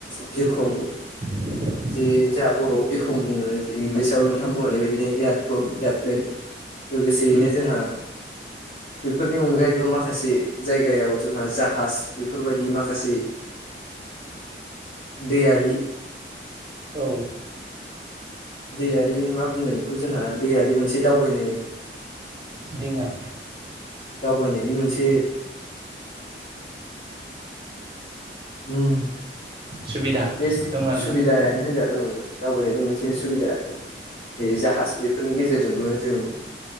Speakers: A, on the left; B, on the right.
A: बिरखं
B: <unintelligible>
A: जे जोंहा बर'वाव बिरखं बुङो इंलिसाव नोंथांमोन बुंलांनाय बायदिनो एयारफ्लन एयारप्लेन लोगोसेयैनो
B: उम
A: जोंहा बेफोरनि अनगायैबो माखासे जायगायाव जोंहा जाहाज बेफोरबादि माखासे दैयारि
B: औ।
A: दैयारि मा बुंगोन बेखौ जोंहा दैयारि मोनसे दावबायनाया
B: दिङा
A: दावबायनायनि मोनसे ओम
B: सुबिदा
A: बे
B: दं आरोना
A: सुबिदायानो होनजागोन दावबायनायनि मोनसे सुबिदा जे जाहाज बेफोरनि गेजेरजोंबो जों